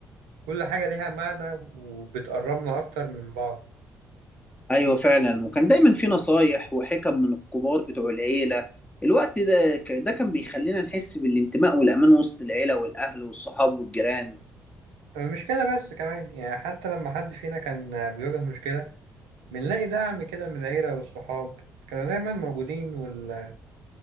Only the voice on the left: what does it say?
ايوه فعلا وكان دايما في نصايح وحكم من الكبار بتوع العيله الوقت ده ك- ده كان بيخلينا نحس بالانتماء والامان وسط العيله والاهل والصحاب والجيران